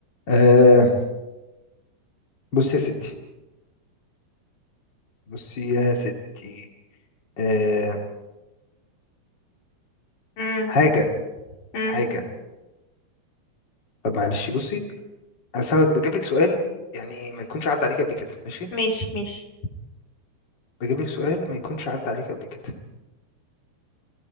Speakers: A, on the left; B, on the left.
A: آه بصي يا ستي بصي يا ستي آه
B: امم
A: حاجة
B: امم
A: حاجة طب معلش بصي أنا أصل أنا بجيب لك سؤال يعني ما يكونش عدى عليك قبل كده ماشي
B: مش مش
A: بجيب لك سؤال ما يكونش عدى عليك قبل كده